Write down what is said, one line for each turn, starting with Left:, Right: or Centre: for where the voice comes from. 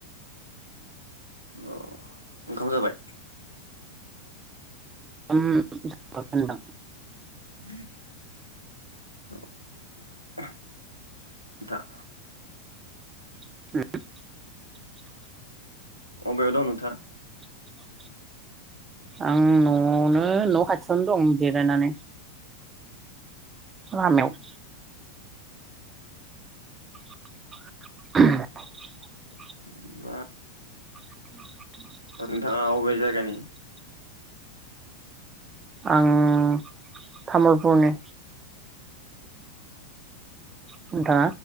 Left: औ ओंखाम जाबाय?
Right: उम <unintelligible>
Left: <unintelligible> आथा
Right: <unintelligible>
Left: अबेयाव दं नोंथां?
Right: <unintelligible> आं न'आवनो ओ न' खाथियावनो दं जिरायनानै। रामायाव <inaudible>
Left: <unintelligible>
Right: <unintelligible>
Left: नोंथाङा अबे जायगानि?
Right: आं तामुलपुरनि नोंथाङा?